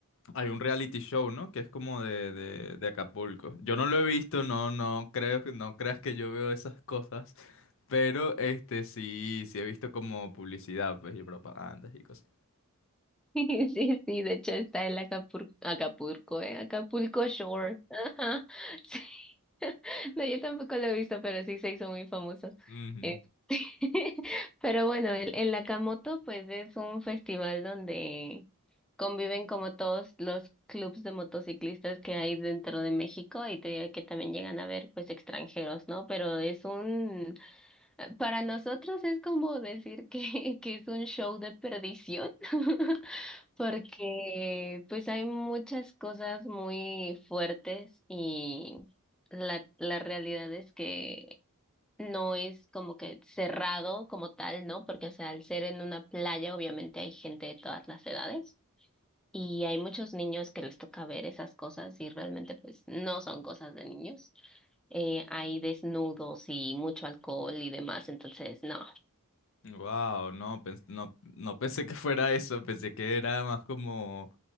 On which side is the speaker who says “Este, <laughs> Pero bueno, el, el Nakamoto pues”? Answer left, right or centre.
Centre